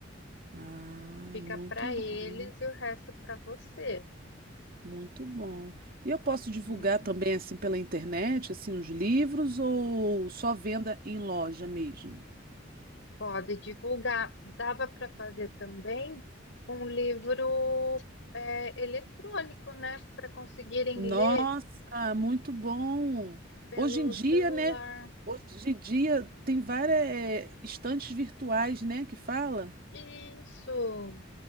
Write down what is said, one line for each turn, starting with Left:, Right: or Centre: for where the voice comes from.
Right: Ah,
Left: Fica
Right: muito
Left: para
Right: bom.
Left: eles e o resto para você.
Right: Muito bom. E eu posso divulgar
Left: Uhum.
Right: também assim pela internet, assim, os livros ou só venda em loja mesmo?
Left: Pode divulgar. Dava para fazer também um livro é, eletrônico, né? Para conseguirem
Right: Nossa,
Left: ler
Right: muito bom.
Left: pelo
Right: Hoje em dia,
Left: celular.
Right: né? Hoje em dia tem várias eh, estantes virtuais, né, que fala
Left: Isso,